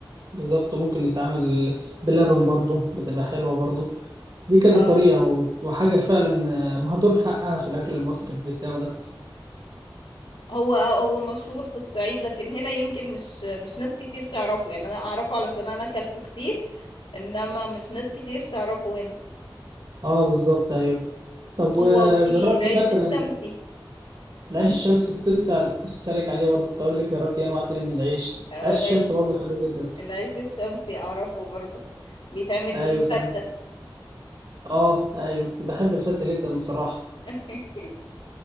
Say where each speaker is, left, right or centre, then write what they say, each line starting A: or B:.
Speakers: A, on the right; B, on the left.
A: بالظبط ممكن يتعمل بلبن برضه بتبقى حلوه برضه دي كذا
B: اه
A: طريقه و- وحاجه فعلا آه، مهدور حقها في الاكل المصري البتاو ده
B: هو هو مشهور في الصعيد لكن هنا يمكن مش مش ناس كتير تعرفه يعني انا اعرفه علشان انا اكلته كتير انما مش ناس كتير تعرفه هنا
A: اه بالظبط ايوه طب وجربت
B: هو وفي العيش
A: مثلا
B: الشمسي
A: العيش الشمس كنت لسه كنت لسه سالك عليه برضه كنت اقول لك جربت إيه انواع تانية من العيش
B: أو
A: العيش
B: العيش
A: الشمس برضه حلو جدا
B: العيش الشمسي اعرفه برضه بيتعمل
A: ايوه
B: بيه الفتة
A: فاهم اه ايوه بحب الفته جدا بصراحه
B: <laughs>